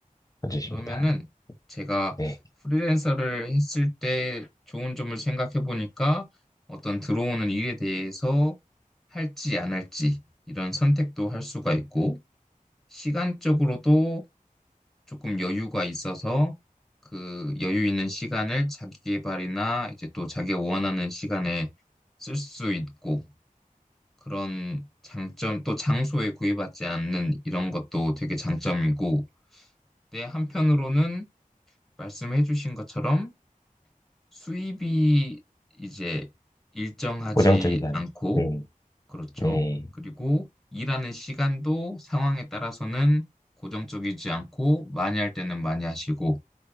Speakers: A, on the left (about 25°); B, in the centre.
A: 멋지십니다.
B: 그러면은 제가
A: 네.
B: 프리랜서를 했을 때 좋은 점을 생각해 보니까 어떤 들어오는 일에 대해서 할지 안 할지 이런 선택도 할 수가 있고, 시간적으로도 조금 여유가 있어서 그 여유 있는 시간을 자기 개발이나 이제 또 자기가 원하는 시간에 쓸 수 있고 그런 장점 또 장소에 구애받지 않는 이런 것도 되게 장점이고 근데 한편으로는 말씀해 주신 것처럼 수입이 이제 일정하지
A: 고정적이다는.
B: 않고
A: 네.
B: 그렇죠.
A: 네.
B: 그리고 일하는 시간도 상황에 따라서는 고정적이지 않고 많이 할 때는 많이 하시고